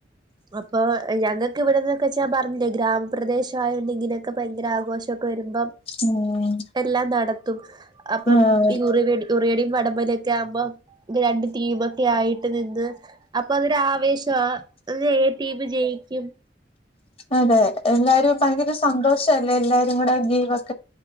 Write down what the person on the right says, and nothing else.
അപ്പൊ ഇ ഞങ്ങക്ക് ഇവിടെന്നൊക്കെച്ച് ഞാം പറഞ്ഞില്ലേ ഗ്രാമപ്രദേശം ആയോണ്ട് ഇങ്ങനയൊക്കെ ഭയങ്കര ആഘോഷൊക്കെ വരുമ്പം
എല്ലാം നടത്തും അപ്പം
ഈ ഉറിവെടി ഉറിയടീം വടം വലിയൊക്കെ ആകുമ്പം രണ്ട് ടീമൊക്കെ ആയിട്ട് നിന്ന് അപ്പൊ അതൊരു ആവേശവാ അതിന് ഏ ടീമ് ജെയിക്കും